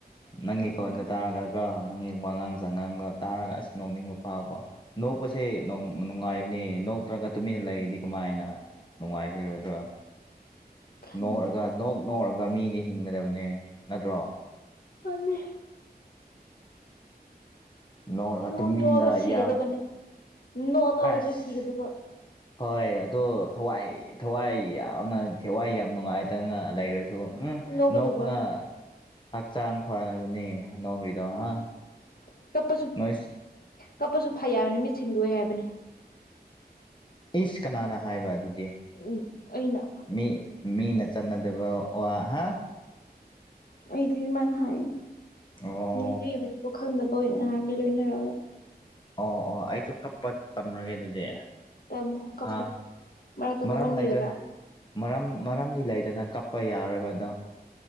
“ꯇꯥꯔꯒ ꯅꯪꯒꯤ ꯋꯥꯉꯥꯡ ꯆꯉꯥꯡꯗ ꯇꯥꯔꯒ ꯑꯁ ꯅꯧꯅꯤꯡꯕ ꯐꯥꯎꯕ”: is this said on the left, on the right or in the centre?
Left